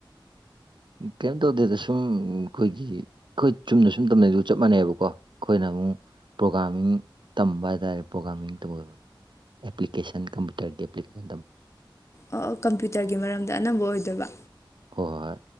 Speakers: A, on the right; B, on the left.
A: ꯀꯦꯝ ꯇꯧꯗꯦꯗ ꯁꯨꯝ ꯑꯩꯈꯣꯏꯒꯤ ꯑꯩꯈꯣꯏ ꯆꯨꯝꯅ ꯁꯨꯝ ꯇꯝꯅꯩꯗꯨꯒ ꯆꯞ ꯃꯥꯟꯅꯩꯕꯀꯣ ꯑꯩꯈꯣꯏꯅ ꯑꯃꯨꯛ ꯄ꯭ꯔꯣꯒꯥꯥꯝꯃꯤꯡ ꯇꯝꯕ ꯍꯥꯏ ꯇꯥꯔꯦ ꯄ꯭ꯔꯣꯒꯥꯝꯃꯤꯡ ꯇꯧꯋꯦꯕ ꯑꯦꯄ꯭ꯀꯦꯟꯁꯟ ꯀꯝꯄꯨꯇꯔ ꯑꯦꯄ꯭ꯂꯤꯀꯦꯁꯟ ꯇꯝꯕ
B: ꯑꯣ ꯀꯝꯄ꯭ꯌꯨꯇꯔꯒꯤ ꯃꯔꯝꯗ ꯑꯅꯝꯕ ꯑꯣꯏꯗꯣꯏꯕ
A: ꯍꯣꯏ ꯍꯣꯏ ꯍꯣꯏ